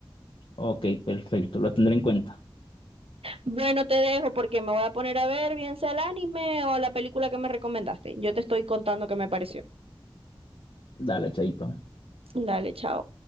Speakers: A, on the left; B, on the right.
A: Ok, perfecto, lo tendré en cuenta.
B: Bueno, te dejo porque me voy a poner a ver bien sea el anime o la película que me recomendaste. Yo te estoy contando qué me pareció.
A: Dale, chaito.
B: Dale, chao.